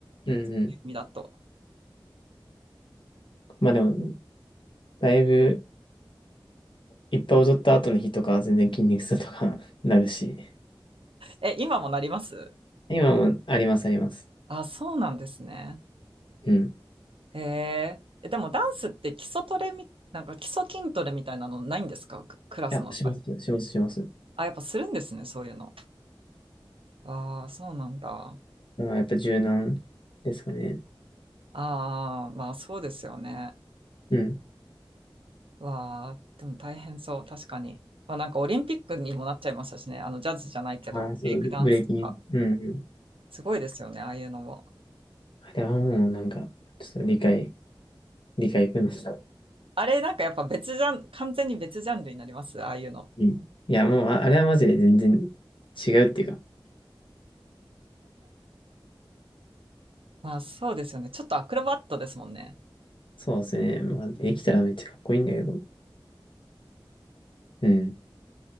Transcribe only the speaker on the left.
うんうん。
まあでも、だいぶ、いっぱい踊った後の日とかは全然筋肉痛とか <laughs> なるし。
今もありますあります。
うん。い
や、します、します、します。
まあ、やっぱ柔軟ですかね。
うん。
ああ、そう、
ブレーキに。うんうん。
あれはもうなんか、ちょっと理解、理解不能だ。
うん。いや、もう、ああれはマジで全然違うっていうか、
そうですね。まあ、できたらめっちゃかっこいいんだけど。うん。